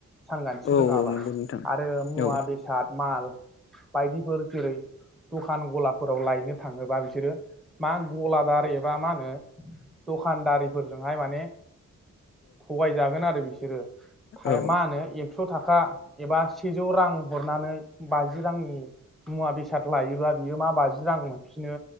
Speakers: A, in the centre; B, on the left (about 45°).
A: सानखान्थि
B: औ
A: रोङाबा
B: औ नंगौ नोंथां
A: आरो मुवा
B: औ
A: बेसाद माल बायदि फोर जेरै दखान गलाफोराव लायनो थाङोबा बिसोरो मा गलादार एबा मा होनो दखानदारिफोरजोंहाय माने थगायजागोन आरो बिसोरो थाय
B: औ
A: मा होनो ए कस' थाखा एबा सेजौ रां हरनानै बाजि रांनि मुवा बे साद लायोब्ला बियो मा बाजि रां मोनफिनो